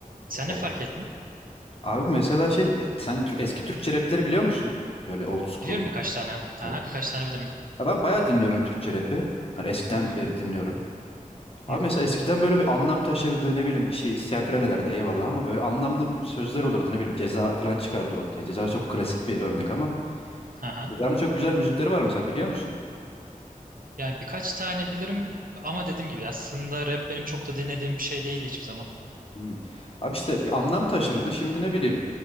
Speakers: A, on the right; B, on the left.
A: sen
B: Yani
A: ne fark ettin?
B: abi mesela şey e, sen tür- eski Türkçe rapleri biliyor musun? Böyle old school.
A: Biliyorum birkaç tane. Aha,
B: Evet.
A: birkaç tane bilirim.
B: Ya ben bayağı dinliyorum Türkçe rapi. Hani eskiden
A: Hı hı.
B: beri dinliyorum. Abi
A: Hı hı.
B: mesela eskiden böyle bir anlam taşırdı ne bileyim bir şey isyan falan ederdi eyvallah ama böyle anlamlı bir sözler olurdu ne bileyim ceza falan çıkardı ortaya. Ceza çok klasik bir örnek ama
A: Aha.
B: Ceza'nın çok güzel müzikleri var mesela biliyor musun?
A: Yani birkaç tane bilirim ama dediğim gibi aslında rap benim çok da dinlediğim bir şey değildi hiçbir zaman.
B: Hmm. Abi işte bir anlam taşırdı. Şimdi ne bileyim